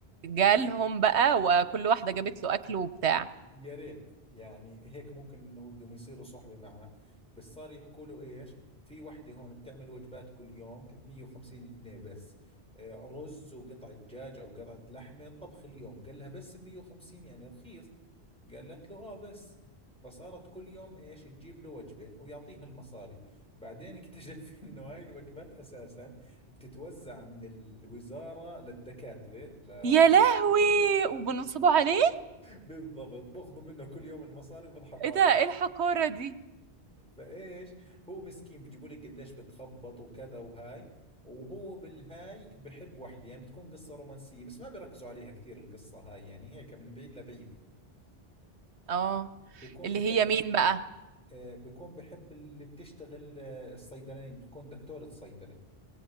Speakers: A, on the right; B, in the centre.
A: جالهم بقى وكل واحدة جابت له أكل وبتاع
B: يا ريت يعني هيك ممكن انه بدهم يصيروا صحبة معه بس صار يحكوا له ايش في وحدة هون بتعمل وجبات كل يوم ب 150 جنيه بس آه، رز وقطعة دجاج او قطعة لحمة طبخ اليوم قال لها بس ب 150 يعني رخيص قالت له اه بس فصارت كل يوم ايش تجيب له وجبة ويعطيها المصاري بعدين اكتشف <laughs> انه هاي الوجبات اساسا بتتوزع من الوزارة للدكاترة ل...
A: يا لهوي
B: <laughs>
A: وبنصبوا عليه
B: بالضبط باخذوا منه كل يوم المصاري وبضحكوا
A: ايه ده
B: عليه
A: ايه الحقارة دي
B: فايش هو مسكين بيجيبوا لك قديش بتخبط وكذا وهاي وهو بالهاي بحب وحده يعني بتكون قصة رومانسية بس ما بيركزوا عليها كثير القصة هاي يعني هيك من بعيد لبعيد
A: اه
B: بيكون
A: اللي
B: بحب
A: هي مين
B: ال...
A: بقى
B: آه، بيكون بحب اللي بتشتغل آه، الصيدلانية بتكون دكتورة صيدلة